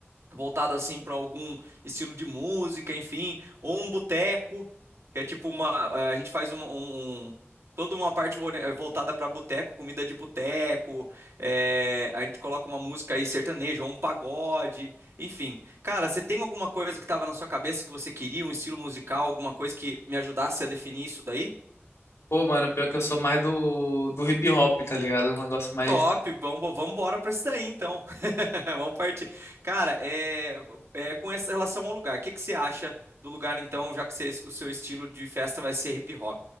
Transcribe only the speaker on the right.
voltado assim para algum estilo de música, enfim, ou um boteco, que é tipo uma, eh, a gente faz uma- um, um- toda uma parte ori- eh, voltada para boteco, comida de boteco, eh, a gente coloca uma música aí sertaneja ou um pagode, enfim. Cara, você tem alguma coisa que estava na sua cabeça que você queria, um estilo musical, alguma coisa que me ajudasse a definir isso daí?
Top, vamos, vamos embora para isso daí então. <laughs> Vamos partir. Cara, é, é, com essa relação ao lugar, o que que você acha do lugar então, já que você- o seu estilo de festa vai ser hip hop?